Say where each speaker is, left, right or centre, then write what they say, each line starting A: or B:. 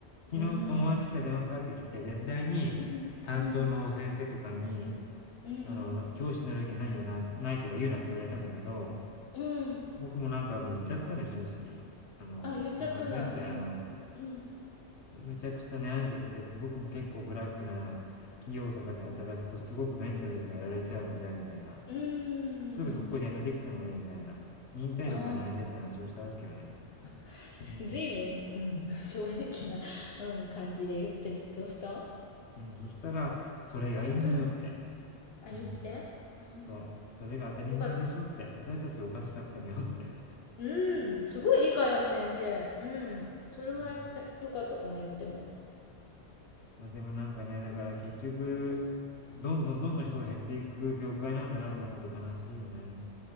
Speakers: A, on the left; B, on the left.
A: 昨日友達から電話かかってきて、
B: うん。
A: 絶対に担当の先生とかに、
B: うん。うん。うん。
A: あの、教師になる気ないよな、ないとか言うなって言われたんだけど、
B: うん。
A: 僕もなんかもう言っちゃったんだよ、正直。あの、
B: あ、言っちゃったんだ。
A: すいませんって、
B: うん。
A: あの、
B: うん。
A: むちゃくちゃ悩んでてって、僕も結構ブラックな企業とかで働くとすごくメンタルがやられちゃうので、みたいな。
B: うん。
A: すぐ速攻で辞めてきたので、みたいな。忍耐力がないですって話をしたわけよね。
B: ああ。
A: うん。
B: ずいぶん、うん、<laughs> 正直な、うん、感じで言ってどうした
A: うん、そしたら、それがいいのよって。
B: うん。あ、
A: うん、
B: いいってああ
A: そう。それが当たり前でしょって、
B: ー、よかった。
A: 私たちおかしかったのよって。
B: うん、すごい理解ある先生。うん。それは良かったかも言っても。
A: うん。まあ、でもなんかね、だから結局、どんどんどんどん人が減っていく業界なんだなと思うと悲しいよね。